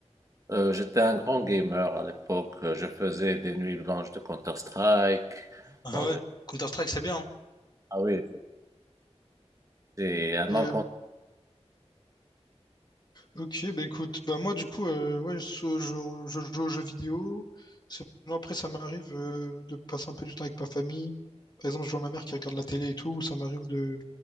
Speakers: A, on the right (about 30°); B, on the left (about 40°).
A: Euh, j'étais un grand gamer à l'époque. Je faisais des nuits blanches de Counter-Strike.
B: Ah
A: Bon,
B: ouais.
A: de-
B: Counter-Strike, c'est bien. hein.
A: Ah oui, c'est un
B: Et
A: encant-
B: euh, ok, bah écoute, bah moi du coup, euh, ouais, so- je, je joue aux jeux vidéo. Sinon, après, ça m'arrive euh, de passer un peu du temps avec ma famille. Par exemple, je vois ma mère qui regarde la télé et tout. Ça m'arrive de,